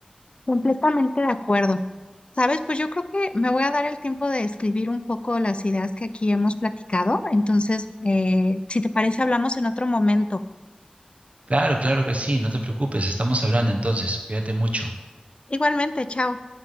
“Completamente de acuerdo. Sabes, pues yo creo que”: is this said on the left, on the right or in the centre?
Left